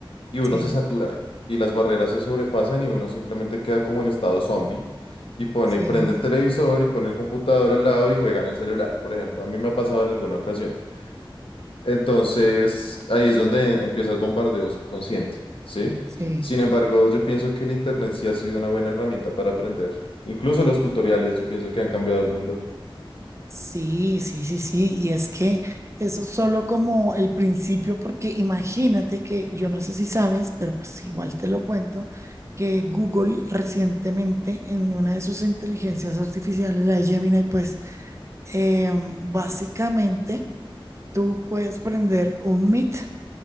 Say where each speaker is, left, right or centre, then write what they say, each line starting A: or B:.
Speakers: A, on the left; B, on the right.
A: y uno
B: sí,
A: se satura y las barreras se sobrepasan y uno simplemente queda como en estado zombie y pone,
B: sí.
A: prende el televisor y pone el computador al lado y juega en el celular, por ejemplo. A mí me ha pasado en alguna ocasión. Entonces, ahí es donde em, empieza el bombardeo subconsciente, ¿sí?
B: Sí,
A: Sin embargo, yo pienso que el Internet sí ha sido una buena herramienta para aprender. Incluso los tutoriales, yo pienso que han cambiado el mundo.
B: sí, sí, sí, sí. Y es que eso es solo como el principio, porque imagínate que yo no sé si sabes, pero pues igual te lo cuento, que Google recientemente en una de sus inteligencias artificiales, la de Gemini, pues eh, básicamente tú puedes prender un Meet